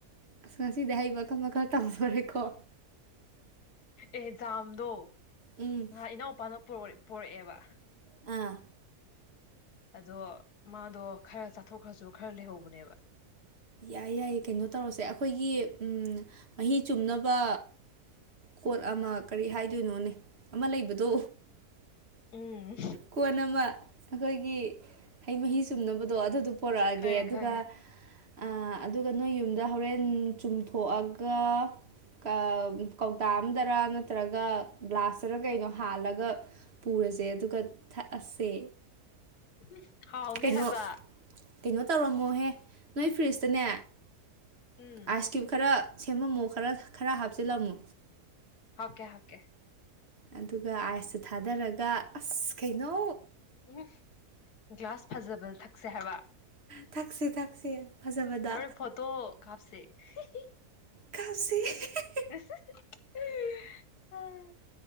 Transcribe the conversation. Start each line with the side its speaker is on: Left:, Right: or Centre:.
Right: ꯑꯁ ꯉꯁꯤꯗꯤ ꯍꯩ ꯃꯈꯜ ꯃꯈꯥ ꯇꯝꯈꯣꯔꯦꯀꯣ
Left: ꯑꯦ ꯖꯥꯝꯗꯣ
Right: ꯎꯝ
Left: ꯉꯍꯥꯛ ꯏꯅꯥꯎꯄꯥꯅ ꯄꯣꯔꯛꯑꯦꯕ
Right: ꯑꯥ
Left: ꯑꯗꯣ ꯃꯥꯗꯣ ꯈꯔ ꯆꯥꯊꯣꯛꯈ꯭ꯔꯁꯨ ꯈꯔ ꯂꯩꯍꯧꯕꯅꯦꯕ
Right: ꯌꯥꯏ ꯌꯥꯏꯌꯦ ꯀꯩꯅꯣ ꯇꯧꯔꯁꯦ ꯑꯩꯈꯣꯏꯒꯤ ꯃꯍꯤ ꯆꯨꯝꯅꯕ ꯀꯣꯠ ꯑꯃ ꯀꯔꯤ ꯍꯥꯏꯗꯣꯏꯅꯣꯅꯦ ꯑꯃ ꯂꯩꯕꯗꯣ
Left: ꯎꯝ
Right: ꯀꯣꯟ ꯑꯃ ꯑꯩꯈꯣꯏꯒꯤ ꯍꯩ ꯃꯍꯤ ꯆꯨꯝꯅꯕꯗꯣ ꯑꯗꯨꯗꯨ ꯄꯣꯔꯛꯑꯒꯦ
Left: ꯈꯪꯉꯦ
Right: ꯑꯗꯨꯒ
Left: ꯈꯪꯉꯦ
Right: ꯑ ꯑꯗꯨꯒ ꯅꯣꯏ ꯌꯨꯝꯗ ꯍꯣꯔꯦꯟ ꯆꯨꯝꯊꯣꯛꯑꯒ ꯀ ꯀꯧꯇꯥ ꯑꯝꯗꯔ ꯅꯠꯇ꯭ꯔꯒ ꯒ꯭ꯂꯥꯁꯇꯔ ꯀꯩꯅꯣ ꯍꯥꯜꯂꯒ ꯄꯨꯔꯖꯦ ꯑꯗꯨꯒ ꯊꯛꯑꯁꯦ
Left: ꯏꯁ ꯍꯥꯎꯅꯦ
Right: ꯀꯩꯅꯣ
Left: ꯍꯥꯏꯕ
Right: ꯀꯩꯅꯣ ꯇꯧꯔꯝꯃꯣꯍꯦ ꯅꯣꯏ ꯐ꯭ꯔꯤꯖꯇꯅꯦ
Left: ꯎꯝ
Right: ꯑꯥꯏꯁ ꯀ꯭ꯌꯨꯞ ꯈꯔ ꯁꯦꯝꯃꯝꯃꯣ ꯈꯔ ꯈꯔ ꯍꯥꯞꯆꯤꯜꯂꯝꯃꯣ
Left: ꯍꯥꯞꯀꯦ ꯍꯥꯞꯀꯦ
Right: ꯑꯗꯨꯒ ꯑꯥꯏꯁꯇꯨ ꯊꯥꯗꯔꯒ ꯑꯁ ꯀꯩꯅꯣ
Left: ꯎꯝꯍ ꯒ꯭ꯌꯥꯁ ꯐꯖꯕꯗ ꯊꯛꯁꯦ ꯍꯥꯏꯕ
Right: ꯊꯛꯁꯦ ꯊꯛꯁꯦ ꯐꯖꯕꯗ
Left: ꯍꯣꯔꯦꯟ ꯐꯣꯇꯣ ꯀꯥꯞꯁꯦ ꯍꯤ ꯍꯤ
Right: ꯀꯥꯞꯁꯦ <unintelligible>
Left: <unintelligible>